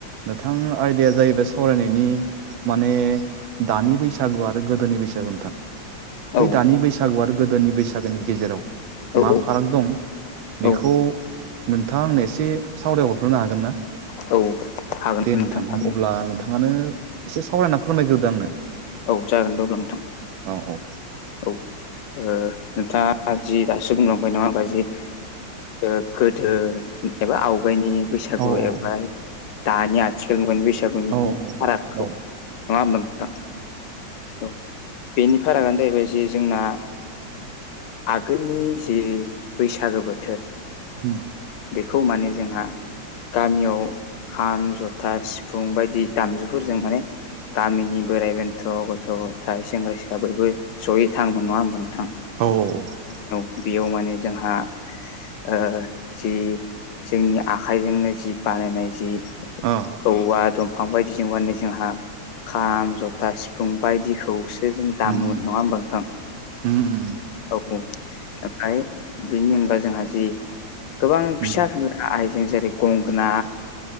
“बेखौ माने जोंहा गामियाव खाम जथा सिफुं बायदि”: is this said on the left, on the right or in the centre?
Left